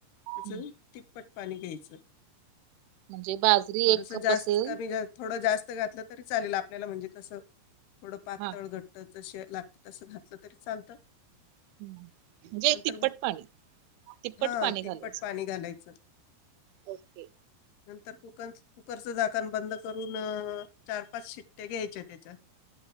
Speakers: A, on the right; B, on the left.
A: हम्म
B: तिचं ती प्पट पाणी घ्यायचं,
A: म्हणजे बाजरी
B: थोडसं
A: एक कप
B: जास्त
A: असेल
B: कमी थोडं जास् त घातलं तरी चालेल आपल्याला म्हणजे कसं थोडं पातळ
A: हा
B: घट्ट जसं लागते तसं घातलं तरी चालतं.
A: हम्म. म्हणजे
B: नंतर,
A: तिप्पट पाणी तिप्पट
B: हा
A: पाणी
B: तिप्पट
A: घालायचं.
B: पाणी घालायचं.
A: ओके.
B: नंतर कुकर कुकरचं झाकण बंद करून अ चार पाच शिट्ट्या घ्यायच्या त्याच्या.